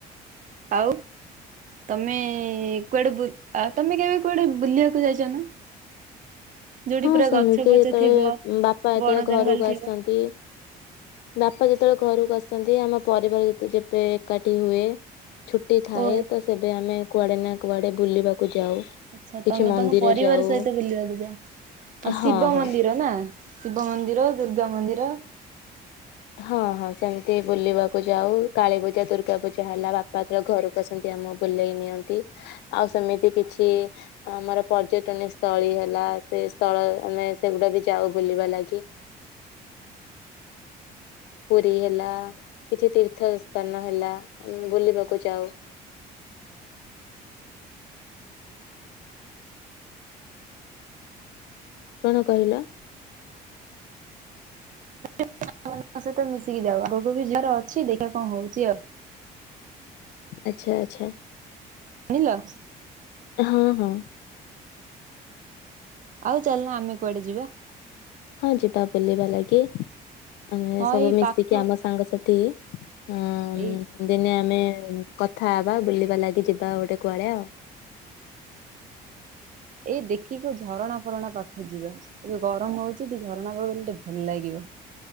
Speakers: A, on the right; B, on the left.
A: ଆଉ ତମେ କୁଆଡେ ବୁଲି ତମେ କେବେ କୁଆଡେ ବୁଲିବାକୁ ଯାଇଛ ନା? ଯୋଉଠି
B: ହଁ
A: ପୁରା
B: ସେମିତି
A: ଗଛ ପଛ
B: ଯେତେବେଳେ
A: ଥିବ
B: ବାପା ଯେତେବେଳେ
A: ବଣ
B: ଘରକୁ
A: ଜଙ୍ଗଲ ଥିବ।
B: ଆସନ୍ତି। ବାପା ଯେତେବେଳେ ଘରକୁ ଆସନ୍ତି। ନ୍ତି ଆମ ପରିବାର ଯେତେ ଯେବେ ଏକାଠି ହୁଏ। ଛୁଟି ଥାଏ
A: ଓ
B: ତ ସେବେ ଆମେ କୁଆଡେ ନା କୁଆଡେ ବୁଲିବାକୁ ଯାଉ।
A: ଆଛା
B: କିଛି
A: ତମେ
B: ମନ୍ଦିର
A: ତମ ପରିବାର
B: ଯାଉ
A: ସହିତ ବୁଲିବାକୁ ଯାଅ। ହ ଶିବ
B: ହଁ ହଁ
A: ମନ୍ଦିର ନା। ଶିବ ମନ୍ଦିର ଦୁର୍ଗା ମନ୍ଦିର।
B: ହଁ ହଁ ସେମିତି ବୁଲିବାକୁ ଯାଉ କାଳୀପୂଜା ଦୁର୍ଗା ପୂଜା ହେଲା ବାପା ଯେବେ ଘରକୁ ଆସନ୍ତି ଆମକୁ ବୁଲେଇ ନିଅନ୍ତି। ଆଉ ସେମିତି କିଛି ଆମର ପର୍ଯ୍ୟଟନୀ ସ୍ଥଳୀ ହେଲା ସେ ସ୍ଥଳ ଆମେ ସେଗୁଡ଼ା ବି ଯାଉ ବୁଲିବା ଲାଗି। ପୁରୀ ହେଲା କିଛି ତୀର୍ଥ ସ୍ଥାନ ହେଲା ଆମେ ବୁଲିବାକୁ ଯାଉ। କଣ କହିଲ?
A: <inaudible> ଙ୍କ ସହିତ ମିଶିକି ଯାଉ ଆଗକୁ ବି ଯିବାର ଅଛି ଦେଖିବା କଣ ହଉଛି ଆଉ।
B: ଆଚ୍ଛା ଆଚ୍ଛା।
A: ଶୁଣିଲ।
B: ହଁ ହଁ।
A: ଆଉ ଚାଲନା ଆମେ କୁଆଡେ ଯିବା?
B: ହଁ ଯିବା ବୁଲିବା ଲାଗି। ଆମେ
A: ହଁ
B: ସବୁ
A: ଏଇ
B: ମିଶିକି
A: ପାଖ
B: ଆମ ସାଙ୍ଗସାଥି <inaudible> ହଁ
A: ଏଇ
B: ଦିନେ ଆମେ କଥା ହବା ବୁଲିବା ଲାଗି ଯିବା ଗୋଟେ କୁଆଡେ ଆଉ।
A: ଏଇ ଦେଖି ଖ ଝରଣା ଫରଣା ପାଖକୁ ଯିବା ଏବେ ଗରମ ହଉଛି ଟିକେ ଝରଣା ପାଖକୁ ଗଲେ ଟିକେ ଭଲ ଲାଗିବ।